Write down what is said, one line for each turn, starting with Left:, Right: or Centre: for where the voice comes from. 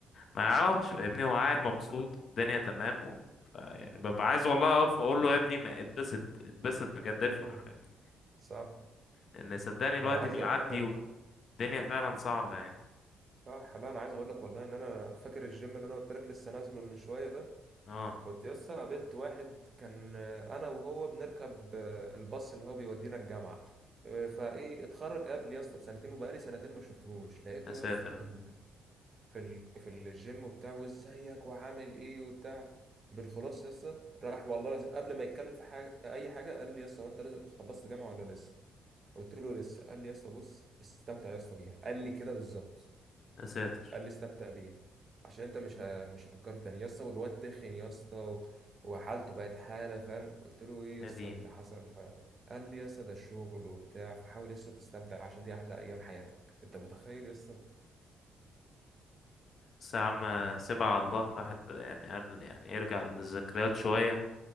Left: ما يعرفش فاهمني هو قاعد مبسوط والدنيا تمام و... ف- يعني ببقى عايز والله اقف اقول له يا ابني ما اتبسط اتبسط بجد افرح
Right: <laughs> مم،
Left: فاهمني
Right: صح
Left: لان صدقني الوقت
Right: ده انا عايز
Left: بيعدي
Right: اقول لك
Left: والدنيا فعلا صعبة يعني
Right: صح لا انا عايز اقول لك والله ان انا فاكر الجيم اللي انا قلت لك لسه نازله من شويه ده
Left: اه
Right: كنت لسه قابلت واحد كان آه، انا وهو بنركب آه، الباص اللي هو بيودينا الجامعه آه، فايه اتخرج قبل يا اسطى بسنتين وبقالي سنتين ما شفتهوش لقيته
Left: يا ساتر
Right: يا اسطى في ال... في ال... في الجيم وبتاع وازيك وعامل ايه وبتاع بالخلاص يا اسطى راح والله لازم قبل ما يتكلم في حاجه اي حاجه قال لي يا اسطى هو انت لسه- خلصت جامعه ولا لسه قلت له لسه قال لي يا اسطى بص استمتع يا اسطى بيها قال لي كده بالظبط
Left: يا ساتر
Right: قال لي استمتع بيها عشان انت مش ه... مش هتتكرر تاني يا اسطى والواد تخن يا اسطى و... وحالته بقت حاله فاهم قلت له ايه يا
Left: يا
Right: اسطى
Left: ديني
Right: اللي حصل فقال لي يا اسطى ده الشغل وبتاع فحاول يا اسطى تستمتع عشان دي احلى ايام حياتك انت متخيل يا اسطى
Left: بس يا عم سيبها على الله الواحد يعني قال يعني يرجع للذكريات شوية